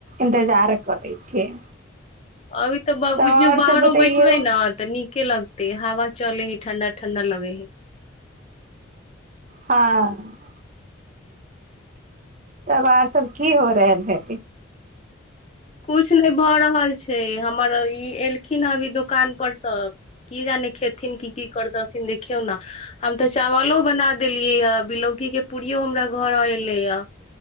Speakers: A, on the right; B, on the left.
A: इन्तजार करै छियै।
B: अभी तऽ
A: तब
B: बुझियौ
A: आओर
B: बाहरो
A: सब बतैयौ
B: बैठबै ने तऽ नीके लगते हवा चले है। ठंडा ठंडा लगे है।
A: हँ। तऽ आर सब की हो रहै है
B: किछ नहि भऽ रहल छै। हमर ई एलखिन ह अभी दुदकादुन पर सब। किी जाने खेथिन किी की कर दथिन देखियौ ने। हम तऽ चावलो बना देलियै य बिलौकी के पूड़ियो हमरा घर एलै यए।